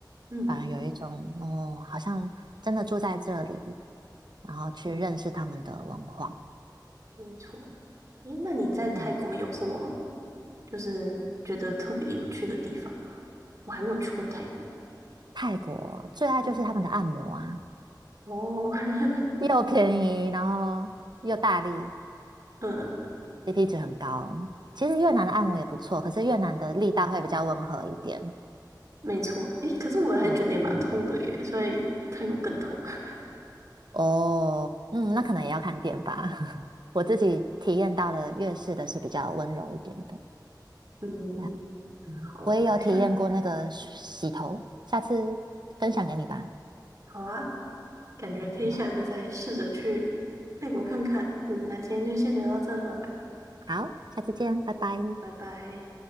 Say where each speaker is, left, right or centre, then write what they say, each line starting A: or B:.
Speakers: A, on the right; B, on the right.
A: 嗯，
B: 反而有一种哦，好像真的住在这里，然后去认识他们的文化。
A: 没错。诶，那你在泰国有什么
B: 对啊，
A: 就是觉得特别有趣的地方吗？我还没有去过泰国。
B: 泰国最爱就是他们的按摩啊，
A: 对，哦，<laughs>
B: 又便宜，然后又大力
A: 嗯，
B: ，CP 值很高。其实越南的按摩也不错，可是越南的力道会比较温和一点。
A: 没错。诶，可是我还是觉得也蛮痛的耶，
B: 对啊
A: 所以泰国更痛。<laughs>
B: 哦，嗯，那可能也要看店吧。<laughs> 我自己体验到的粤式的是比较温柔一点的，
A: 嗯，
B: 对啊，
A: 好，
B: 我也有体验过那个洗洗头，
A: 我下，
B: 下次分享给你吧。
A: 好啊，感觉可以下次再试着去
B: 好，
A: 泰国看看。嗯，那今天就先聊到这了，
B: 好，下次见，拜拜。
A: 拜拜。